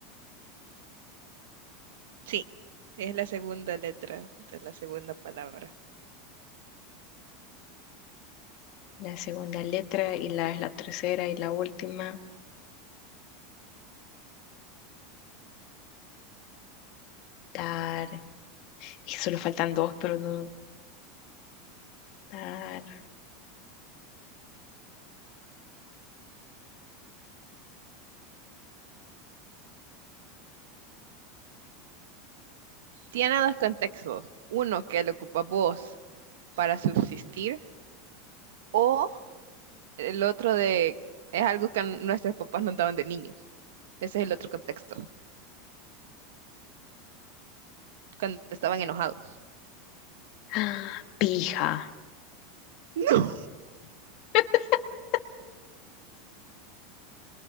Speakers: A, on the right; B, on the left.
A: Sí, es la segunda letra de la segunda palabra.
B: la segunda letra y la es la tercera y la última. Tar. Y solo faltan dos, pero no. Tar.
A: Tiene dos contextos. Uno que lo ocupa vos para subsistir o el otro de es algo que nuestros papás nos daban de niños. Ese es el otro contexto, cuando estaban enojados.
B: Ah, pija.
A: <laughs>
B: <laughs>